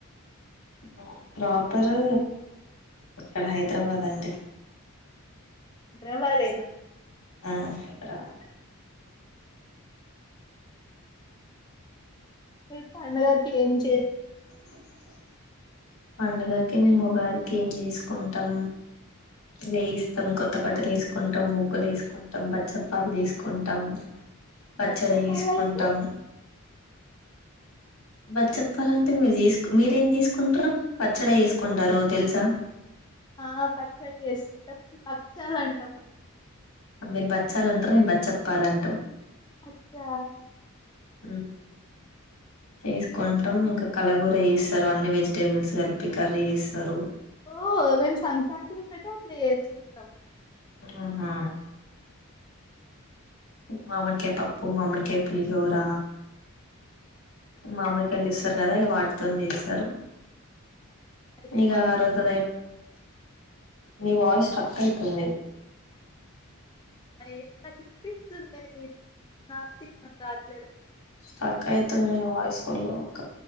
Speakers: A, on the left; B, on the left.
A: మా ప్రాపరు ఇక్కడ హైదరాబాద్ అండి.
B: డ్రైవర్ ఏనా?
A: ఆ హైదరాబాద్.
B: మీరూ పండగలకి ఏం జేస?
A: లో <unintelligible> పండగకి మేము ఉగాదికి ఏం చేసుకుంటాం? లేస్తాం కొత్త బట్టలు వేసుకుంటాం, ముగ్గులు వేసుకుంటాం, బచ్చాల పాల్ చేసుకుంటాం. పచ్చడ
B: బచ్చపాలంటే
A: జేసుకుంటాం. బచ్చాల పాల ఆన్. టే మీరు చేసుకో... మీరేం చేసుకుంటారు? పత పచ్చడ వేసుకుంటారో తెలుసా?
B: ఆ పచ్చడి చేసుకుంటాం భక్షాలు అంటా.
A: మీరు బచ్చాలు అంటారు, మేము బచ్చపల్ల అంటాం.
B: అచ్చా.
A: హ్మ్మ్, చేసుకుంటాం ఇంకా కలగూర వస్తారు, అన్ని వెజిటేబుల్స్ కలిపి కర్రీ చేస్తారు.
B: ఓ మేమ్ సంక్రాంతికి <unintelligible> ఇత్తం
A: ఆహా మామిడికాయ పప్పు, మామిడికాయ పులిహోర. మామిడికాయలు తెస్తారు కదా, ఇగ వాటితో చేస్తారు.
B: అయితే
A: ఇగ
B: మొత్తం
A: ఆరువుతుంది. నీ వాయిస్ స్టక్ అవుతుంది.?
B: ఆ <unintelligible> ఎట్లా తీపి <unintelligible> తీపి <unintelligible> రాట్లేదు.
A: స్టక్ అయితుంది మీ వాయిస్ ఫుల్ ఇంకా.